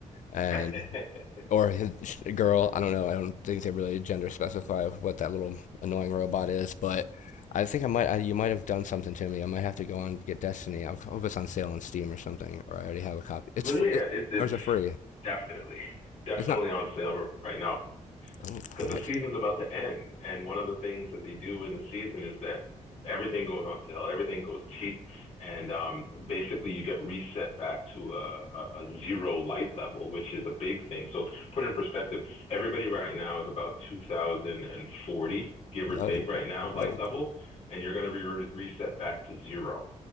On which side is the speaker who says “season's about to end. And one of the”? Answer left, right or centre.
Left